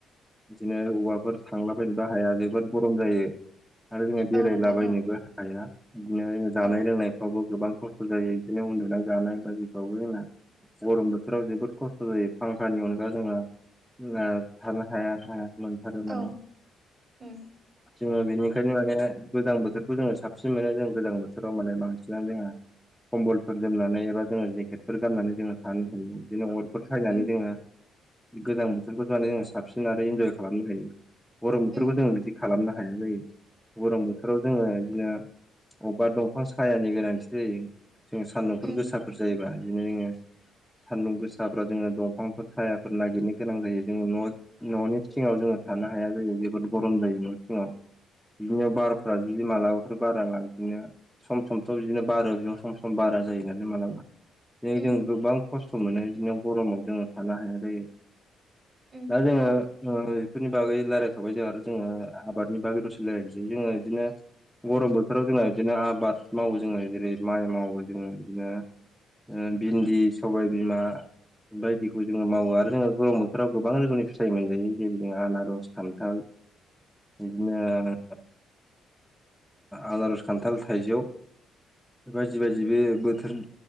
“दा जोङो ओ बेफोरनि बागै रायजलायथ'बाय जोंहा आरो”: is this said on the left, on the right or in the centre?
Centre